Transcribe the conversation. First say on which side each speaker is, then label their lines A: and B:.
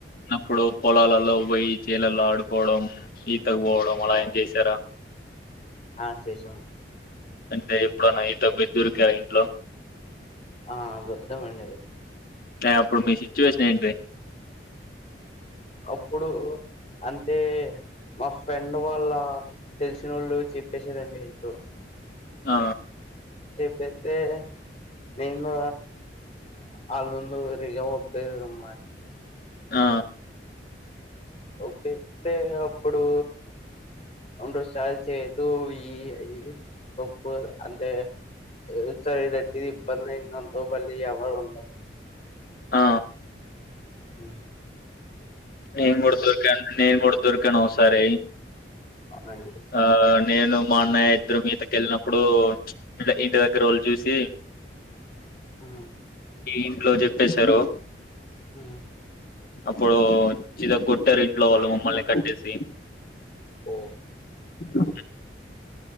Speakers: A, on the left (about 50°); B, on the left (about 35°).
A: ఇప్పుడు పొలాలలో పోయి చేలల్లో ఆడుకోవడం ఈతకు పోవడం అలా
B: అవును
A: ఏం చేశారా
B: ఆ చేశామ్ అండి
A: అంటే ఎప్పుడన్న ఈతకి పొయ్ దొరికార ఇంట్లో
B: ఆ దొరికామండి
A: అంటే అప్పుడు మీ సిచ్యువేషన్ ఏంది
B: అప్పుడు అంటే మా ఫ్రెండ్ వాళ్ళ తెలిసినోళ్లు చెప్పేశారు అండి ఇంట్లో
A: ఆ
B: చెప్పేత్తే నేను ఆళ్ళ ముందు నిజం ఒప్పే అనమాట
A: ఆ
B: ఒప్పేత్తే ఇనం ప్పుడు అంటే సాల్ సేతు ఈ ఈ ఒ ప్పుడ్ అంటే ఏసారి రటిది ఇబంద ధయ్దనుకో మలి ఎవరు ఉండర్
A: ఆ
B: హ
A: నేను కూడా చూశాను నేను కూడ దొరికాను ఓ సారి
B: అవునండి.
A: ఆ నేను మాన్నయ్య
B: హ్మ్.
A: ఇద్దరం ఈతకీ కెళ్ళినప్పుడు ఇంటి దగ్గర వోళ్ళు చూసి
B: ఆ
A: ఇంట్లో చెప్పేశారు
B: ఆ
A: అప్పుడు చిద కొట్టారు ఇంట్లో వాళ్ళు మమ్మల్ని కట్టేసి
B: ఆ
A: ఊ